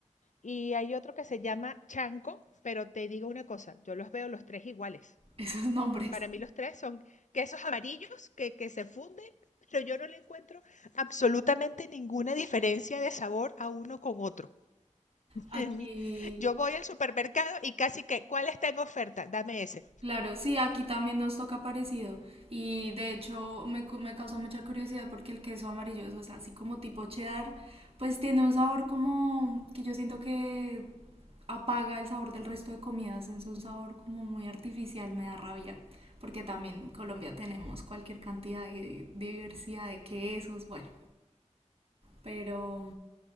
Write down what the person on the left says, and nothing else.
Y hay otro que se llama chanco, pero te digo una cosa, yo los veo los tres iguales.
Para mí los tres son quesos amarillos que, que se funden, pero yo no le encuentro absolutamente ninguna diferencia de sabor a uno con otro.
En mí, yo voy al supermercado y casi que, ¿cuál está en oferta? Dame ese.